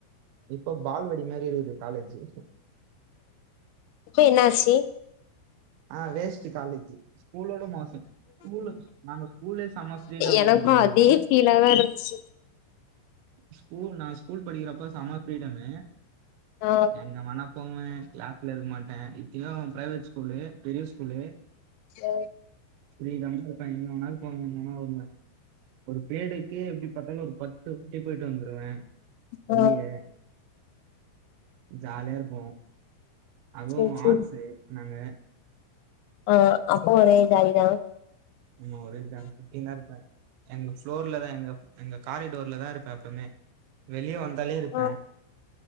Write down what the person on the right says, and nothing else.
இப்போ பால்வடி மாரி இருக்குது காலேஜு
ஆ வேஸ்ட்டு காலேஜி ஸ்கூல உட மோசொம் ஸ்கூல் நாங்க ஸ்கூல்லே செம ஃப்ரீடம்மா
வந்து இருந்தோ
ஸ்கூல் நா ஸ்கூல் படிக்கறப்ப செம ஃப்ரீடம்மு
என் நா மனபோம க்ளாஸ்ல இருக்க மாட்டே இப்ப ப்ரைவேட் ஸ்கூலு பெரிய ஸ்கூல்லு
ஃப்ரீடமா இருப்பே இங்கவேணாலு போவே எங்க வேணா வருவே ஒரு பேடுக்கு எப்டி பாத்தாலு ஒரு பத்து வாட்டி போய்ட்டு வந்துருவே வெளிய
ஜாலியா இருக்கு அதுவு
ஆட்ஸு நானு
ஆமா ஒரே ஜாலி‌ சுத்தின்னே இருப்பே எங்க ஃப்ளோர்ல தா எங்க எங்க காரிடோர்ல தா இருப்பே எப்பொமே வெளிய வந்தாலே இருப்பே